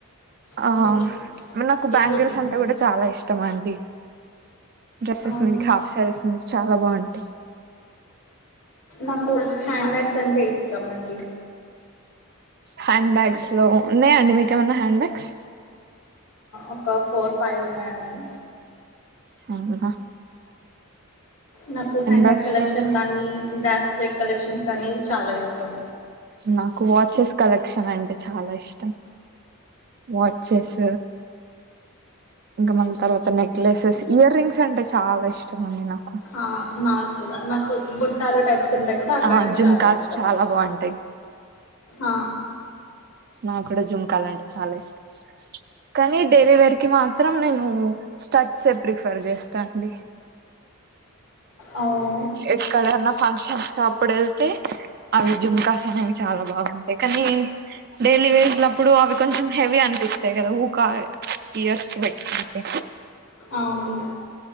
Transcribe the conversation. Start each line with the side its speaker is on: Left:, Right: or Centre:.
Right: ఆ
Left: అందుకే
Right: మరి నాకు
Left: ఏం
Right: బ్యాంగిల్స్
Left: కొట్టింది
Right: అంటే కూడా చాలా ఇష్ట ఇష్టమా అండి డ్రెస్సెస్
Left: అవును
Right: మీద కి హాఫ్ శారీస్ మీద కి చాలా బాగుంటాయ్
Left: నాకు హ్యాండ్ బ్యాగ్స్ అంటే ఇష్టం అండి.
Right: హ్యాండ్ బ్యాగ్స్ లో ఉన్నాయా అండి మీక్ ఏమైనా హ్యాండ్ బ్యాగ్స్?
Left: ఒక ఫోర్ ఫైవ్ ఉన్నాయండి.
Right: అవునా?
Left: నాకు హ్యాండ్
Right: బ్యాగ్స్
Left: బ్యాగ్ కలెక్షన్
Right: లో కూడా
Left: గానీ బ్రాస్లెట్ కలెక్షన్స్ కానీ చాలా ఇ ష్టం
Right: నాకు వాచెస్ కలెక్షన్ అంటే చాలా ఇష్టం వాచెస్ ఇంకా మళ్ళీ తర్వాత నెక్లెస్సెస్ ఇయర్ రింగ్స్ అంటే చాలా ఇష్టం అండి నాకు.
Left: ఆ నాాలు నాకు బుట్టాలు టైప్స్ ఉంటాయి కదా అట్లాంటివి
Right: ఆ జుమ్మ్కాస్
Left: చాలా ఇష్టం
Right: చాలా బాగుంటాయి
Left: ఆ
Right: నా కూడా జుమ్ జుమ్మ్కాస్ అంటే చాలా ఇష్టం కానీ డైలీ వేర్ కి మాత్రం నేను స్టడీస్ ఏ ప్రిఫర్ చేస్తా అండి.
Left: ఆ అవు
Right: ఎక్కడన్నా ఫంక్షన్స్ అప్పుడు వెళ్తే అవి జుమ్మ్కాస్ అనేవి చాలా బాగుంటాయి కానీ డైలీ వేర్ కి అప్పుడు అవి కొంచెం హెవీ అనిపిస్తాయి కదా ఊకా ఇయర్స్ కి పెట్టుకుంటే
Left: అవును